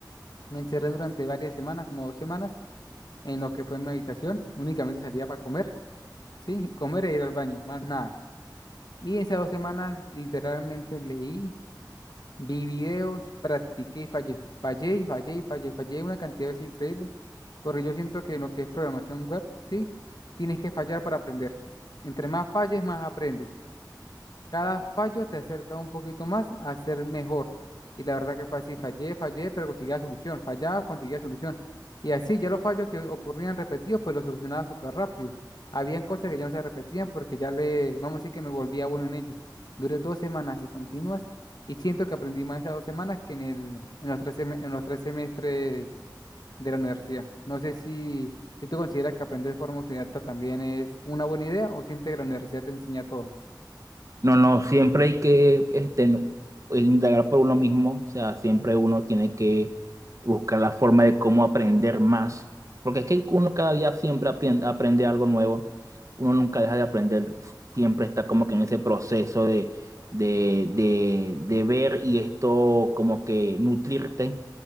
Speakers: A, on the left (about 60°); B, on the right (about 45°).
A: Me encerré durante varias semanas, como dos semanas, en lo que fue mi habitación. Únicamente salía para comer, sí, comer e ir al baño, más nada. Y esas dos semanas literalmente leí, vi videos, practiqué y fallé. Fallé y fallé y fallé. Fallé una cantidad de veces increíble, porque yo siento que en lo que es programación web, sí, tienes que fallar para aprender. Entre más falles, más aprendes. Cada fallo te acerca un poquito más a ser mejor. Y la verdad que fue así, fallé, fallé, pero conseguía solución, fallaba, conseguía solución. Y así ya los fallos que ocurrían repetidos, pues los solucionaba súper rápido. Habían cosas que ya no se repetían porque ya le, vamos a decir que me volvía bueno en ellos. Duré dos semanas así continuas y siento que aprendí más en esas dos semanas que en el, en los tres, seme- en los tres semestres de la universidad. No sé si, si tú consideras que aprender de forma autodidacta también es una buena idea o sientes que la universidad te enseña todo.
B: No, no, siempre hay que este, no- pues, indagar por uno mismo, o sea, siempre uno tiene que buscar la forma de cómo aprender más, porque es que uno cada día siempre aprende, aprende algo nuevo, uno nunca deja de aprender, siempre está como que en ese proceso de, de, de, de ver y esto como que nutrirte,